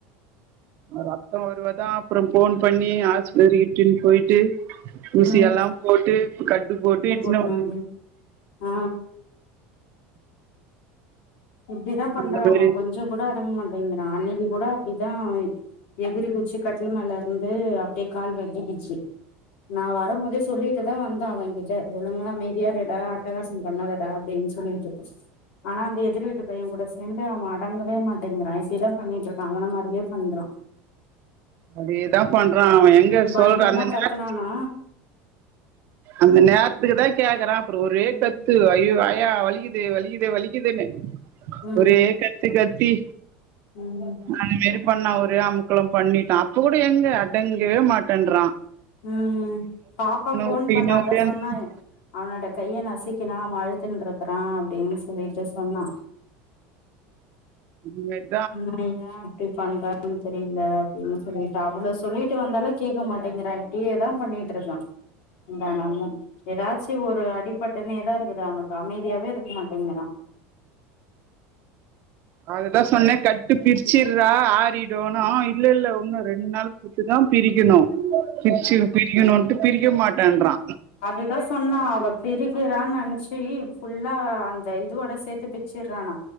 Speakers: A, on the right; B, on the left.
A: ரத்த வருவ தா அப்புறோ ஃபோன் பண்ணி ஆஸ்பத்திரி இட்டுன்னு போயிட்டு ஊசி
B: ம்
A: எல்லா போட்டு கட்டு போட்டு இட்னு
B: போட்னு
A: வந்
B: வந்து ஆ இப்டிதா பண்றா
A: அந்த மாரி
B: அவ கொஞ்ச கூட அடங்க மாட்டேங்கிறா அன்னைக்கு கூட அப்டிதா எகிறி குச்சி கட்டுல் மேல இருந்து அப்டியே கால் வெட்டிக்குச்சு நா வரும் போதே சொல்லிட்டு தா வந்தா அவகிட்ட ஒழுங்கா அமைதியா இருடா அட்டகாசம் பண்ணாதடா அப்டின்னு கனீட்டு ஆனா அந்த எதிர்வீட்டு பைய கூட சேந்து அவ அடங்கவே மாட்டேங்கிறா இப்டிதா பண்ணிட்டு இருக்கா அவன மாரியே பண்றா
A: அதேதா பண்றா அவ எங்க
B: பயங்கரமா
A: சொல்ற அந்த
B: கத்தனானா
A: நேர அந்த நேரத்துக்கு தா கேக்கறா அப்றோ ஒரே
B: ம்
A: கத் ஐயோ ஆயா வலிக்குது வலிக்குது வலிக்குதுன்னு
B: ம்
A: ஒரே கத்து கத்தி
B: ம்
A: அந்த மேரி பண்ணா ஒரே அமுக்களோ பண்ணிட்டா அப்ப கூட எங்க அடங்கவே மாட்டன்றா
B: ம் பாப்பா ஃபோன்
A: ஓடிக்கணு
B: பண்ணாதா
A: ஓடியாந்துக்கணு
B: சொன்னா அவனோட கைய நசிக்கினா அவ அழுதுன்றுக்கறா அப்டின்னு சொல்லிட்டு சொன்னா
A: இது மேரி
B: அவே எ அப்டி பண்றா தெரில அப்டின்னு சொல்லிட்டு அவ்ளோ சொல்லிட்டு வந்தாலு கேக்க மாட்டேங்கிறா இப்டேதா பண்ணிட்டுருக்கா தெனமு எதாச்சு ஒரு அடிப்பட் டுன்னே தா இருக்குது அவனுக்கு அமைதியாவே இருக்க மாட்டேங்குறா
A: அததா சொன்ன கட்டு பிரிச்சிர்றா ஆறிடுனு ஆ இல்ல இல்ல ஒண்ணு ரெண்டு நாள் இப்டிதா பிரிக்கணு பிரிச்சு பிரிக்கணும்ட்டு பிரிக்க மாட்டன்றா
B: எதோ சொன்னா அவ பிரிக்கிறான்னு நெனச்சி ஃபுல்லா அந்த இதுவோட சேத்து பிச்சுறானா